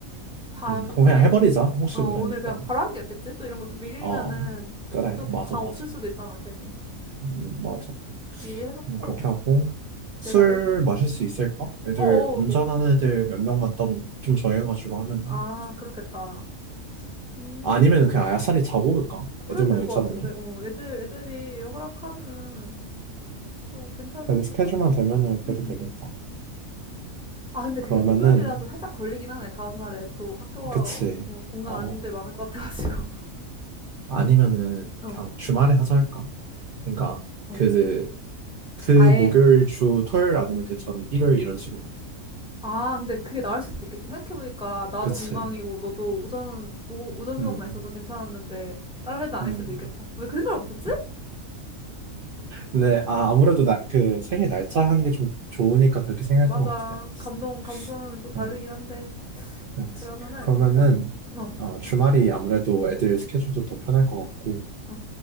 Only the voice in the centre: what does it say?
밤에
어
오늘 그냥 바로 하는 게 낫겠지? 또 이런 것도 밀리면은
또
방
없을 수도 있잖아, 괜히.
미리 해놓고
내가 음
어어
아 그렇겠다. 음
그래도
될
것 같은데. 어 애들 애들이 허락하면은 또 괜찮을
수도?
응응.
아, 근데
그게 목요일이라서 살짝 걸리긴 하네. 다음날에 또 학교가
어, 공간
아닌데 많을 것 같아가지고.
<laughs> 어,
어.
아예.
아, 근데 그게 나을 수도 있겠다. 생각해보니까 나도
공강이고 너도 오전, 오, 오전
수업만 있어서 괜찮았는데 다른 애들 아닐
수도 있겠다. 왜 그 생각을 못했지?
맞아.
감동,
감동은 또 다르긴
한데.
그러면은
일단, 어,
어.